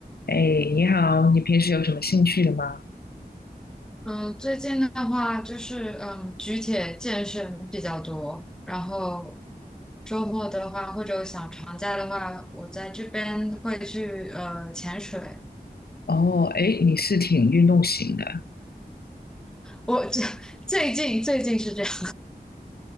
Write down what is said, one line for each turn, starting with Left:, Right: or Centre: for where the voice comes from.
Left: 哎，你好，你平时有什么兴趣的吗？
Centre: 嗯，最近的话就是嗯，举铁健身比较多，然后周末的话或者想长假的话，我在这边会去呃潜水。
Left: 哦，哎，你是挺运动型的。
Centre: 我这 <laughs> 最近最近是这样，